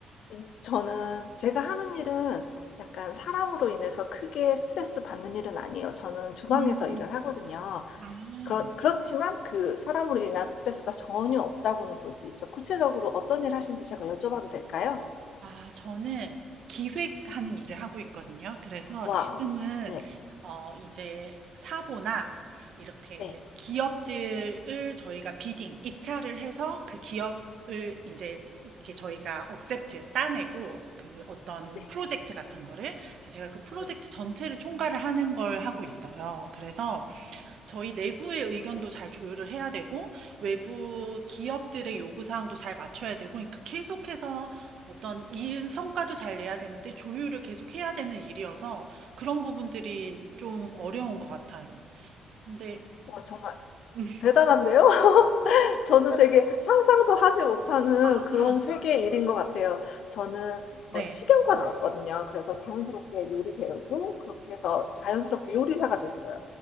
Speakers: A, on the left (about 70°); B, on the right (about 65°).
A: 음 저는 제가 하는 일은 약간 사람으로 인해서 크게 스트레스 받는 일은 아니에요. 저는 주방에서
B: 음,
A: 일을 하거든요.
B: 아.
A: 그렇 그렇지만 그 사람으로 인한 스트레스가 전혀 없다고는 볼 수 있죠. 구체적으로 어떤 일 하시는지 제가 여쭤봐도 될까요?
B: 아, 저는 기획하는 일을 하고 있거든요. 그래서
A: 와.
B: 지금은
A: 네.
B: 어, 이제 사보나 이렇게
A: 네.
B: 기업들을 저희가 비딩, 입찰을 해서 그 기업을 이제 이렇게 저희가 억셉트 따내고 그 어떤
A: 네. 네.
B: 프로젝트 같은 거를 그래서 제가 그 프로젝트
A: 네.
B: 전체를 총괄을 하는 걸 하고 있어요. 그래서 저희 내부의 의견도 잘 조율을 해야 되고, 외부 기업들의 요구사항도 잘 맞춰야 되고, 그러니까 계속해서 어떤 일 성과도 잘 내야 되는데, 조율을 계속 해야 되는 일이어서 그런 부분들이 좀 어려운 것 같아요. 근데,
A: 와 정말
B: 음.
A: 대단한데요? 저는 되게 상상도 하지 못하는
B: 아,
A: 그런 세계의 일인 것 같아요. 저는
B: 네.
A: 어, 식용과 나왔거든요. 그래서 자연스럽게 요리 배우고 그렇게 해서 자연스럽게 요리사가 됐어요.